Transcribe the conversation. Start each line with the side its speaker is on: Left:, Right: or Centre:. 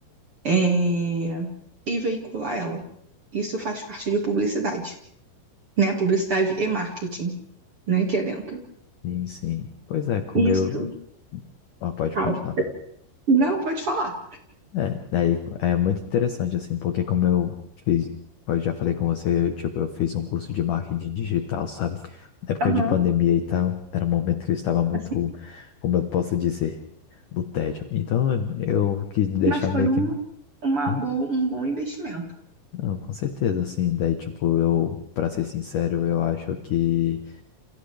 Right: é, e veicular ela. Isso faz parte de publicidade. né? Publicidade e marketing, né? Que é dentro.
Left: Sim, sim. Pois é, como
Right: Isso,
Left: eu... Ah, pode
Right: tal.
Left: continuar.
Right: Não, pode falar.
Left: É, daí é muito interessante, assim, porque como eu fiz, eu já falei com você, eu, tipo, eu fiz um curso de marketing digital, sabe? Na época
Right: Aham,
Left: de pandemia e tal, era um momento que eu estava muito,
Right: assim.
Left: como eu posso dizer, no tédio. Então eu quis deixar
Right: Mas foi
Left: meio
Right: uma,
Left: que.
Right: uma
Left: Hum,
Right: boa, um bom investimento.
Left: não, com certeza, assim, daí, tipo, eu, para ser sincero, eu acho que